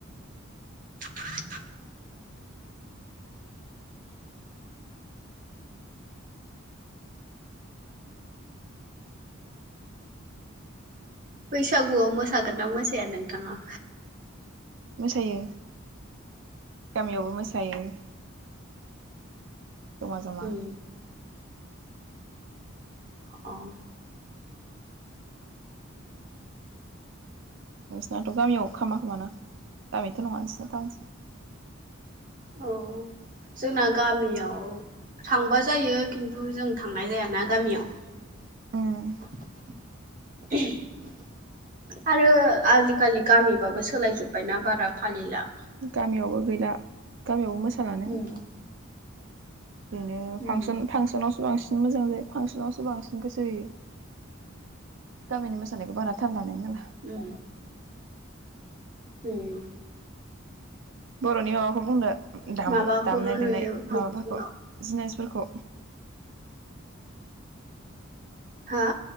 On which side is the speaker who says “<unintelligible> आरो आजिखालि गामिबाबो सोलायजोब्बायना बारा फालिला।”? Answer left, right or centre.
Right